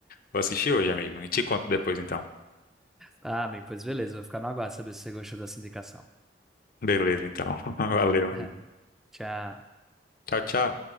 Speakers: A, on the left (about 55°); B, in the centre.
A: Vou assistir hoje, amigo. E te conto depois, então.
B: Ah, amigo, pois beleza, vou ficar no aguardo saber se você gostou dessa indicação.
A: Beleza, então. <laughs> Valeu, amigo.
B: <laughs> Tchau.
A: Tchau, tchau.